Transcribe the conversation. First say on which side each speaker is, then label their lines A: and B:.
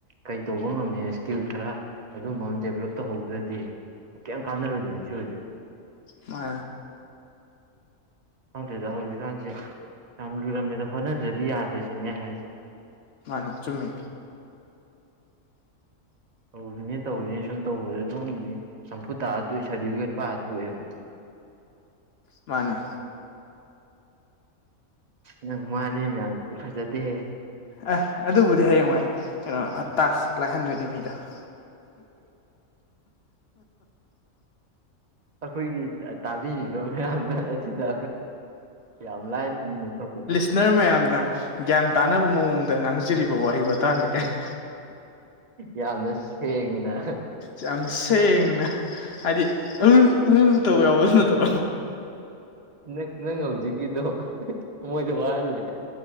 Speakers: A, on the right; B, on the left.
A: ꯀꯩ ꯇꯧꯕ ꯉꯝꯃꯦ ꯏꯁꯀꯤꯜ ꯈꯔ ꯑꯗꯨꯝꯕ ꯑꯃ ꯗꯦꯕꯂꯞ ꯇꯧꯍꯧꯗ꯭ꯔꯗꯤ ꯀꯩ ꯀꯥꯅꯔꯗꯨꯅꯦ ꯁꯤꯨꯔꯁꯨ
B: ꯃꯥ
A: ꯈꯪꯗ꯭ꯔꯦꯗ ꯍꯧꯖꯤꯛꯀꯥꯟꯁꯦ ꯌꯥꯝ ꯂꯣꯏꯨꯔꯝꯃꯦꯗ ꯍꯣꯠꯅꯗ꯭ꯔꯗꯤ ꯌꯥꯗ꯭ꯔꯦꯁꯤꯅꯦ ꯍꯥꯏꯁꯦ
B: ꯃꯥꯅꯦ ꯆꯨꯝꯃꯦ
A: ꯇꯧꯔꯤꯅꯦ ꯇꯧꯔꯤꯅꯦ ꯁꯨꯝ ꯇꯧꯕꯗ ꯑꯗꯨꯝ ꯆꯝꯐꯨꯠ ꯇꯥꯛꯑ ꯇꯣꯛꯑꯦ ꯁꯥꯔꯇꯤꯐꯤꯀꯦꯠ ꯄꯥꯔ ꯇꯣꯛꯑꯦꯕ
B: ꯃꯥꯅꯦ
A: ꯅꯪ ꯃꯥꯅꯤ ꯃꯌꯥꯝꯁꯤꯗꯤ ꯐꯖꯗꯦ
B: ꯑꯦ ꯑꯗꯨꯕꯨꯗꯤ ꯍꯌꯦꯡ ꯃꯣꯏ ꯀꯩꯅꯣ ꯇꯥꯛꯁ ꯂꯥꯏꯍꯟꯗꯣꯏꯅꯤ ꯃꯤꯗ <inaudible> <inaudible>
A: ꯑꯩꯈꯣꯏꯒꯤ ꯇꯥꯕꯤꯔꯤꯕ ꯃꯌꯥꯝꯅ ꯑꯁꯤꯗ ꯌꯥꯝ ꯂꯥꯏꯅ ꯏꯅ ꯊꯣꯛꯄꯗꯣ
B: ꯅꯔ ꯃꯌꯥꯝꯅ ꯒ꯭ꯌꯥꯟ ꯇꯥꯅꯕ ꯃꯑꯣꯡꯗ ꯉꯥꯡꯖꯔꯤꯕ ꯋꯥꯍꯩ ꯇꯥꯅꯤ ꯀꯅꯦ
A: ꯌꯥꯝꯅ ꯁꯦꯡꯅ
B: ꯌꯥꯝꯅ ꯁꯦꯡꯅ ꯍꯥꯏꯗꯤ ꯑ ꯑꯨ ꯇꯧ ꯌꯥꯎꯕꯁꯨ ꯅꯠꯇꯕ
A: ꯅꯪ ꯅꯪ ꯍꯧꯖꯤꯛꯀꯤꯗꯣ ꯃꯣꯏꯗ ꯋꯥꯍꯜꯂꯦ